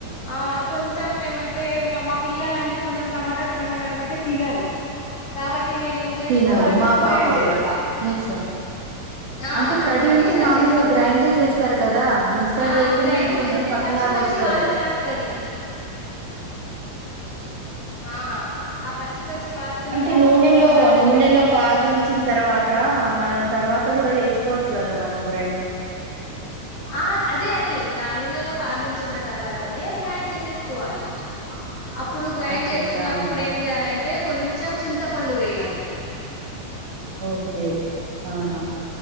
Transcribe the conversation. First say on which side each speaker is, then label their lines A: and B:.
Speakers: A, on the left; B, on the right.
A: ఆ కొంచం ఏమంటే మా పిల్లలంటే కొంచెం టమాటా టమాటా కనపడితే తినరు కాబట్టి నేనేం చేస్తా
B: తినరు.
A: వాటిని
B: మా పాప
A: గ్రాైండ్
B: గూడా.
A: చేస్తా
B: మిక్సర్.
A: ఆ
B: అంటే కడి అంటే
A: మిక్సర్
B: మామూలుగా
A: చేస్తా
B: గ్రైండే చేస్తారు కదా మిక్సర్
A: ఆ
B: చేస్త
A: గ్రైండ్
B: అయినా అది కొంచెం
A: చేస్తే
B: పత్లాగ
A: పచ్చి పచ్చి
B: వస్తాది
A: వాసన వస్తది ఆ ఆ పచ్చి పచ్చి వాసన
B: అంటే
A: రాకుండా
B: నూనెలో
A: ఉండాలంటే
B: నూనెలో కాగించిన తర్వాత మరి తర్వాత త కూడా చేసుకోవచ్చు కదా మనం గ్రైండ్
A: ఆ అదే అని దా నూనెలో కాగించిన తర్వాతనే గ్రైండ్ చేసుకోవాలి
B: <inaudible>
A: అప్పుడు గ్రైండ్
B: అచ్చచ్చా!
A: చేస్తున్నప్పుడు
B: ఆహా!
A: ఏం చేయాలంటే కొంచెం చింతపండు వేయాలి
B: ఓకే ఆహా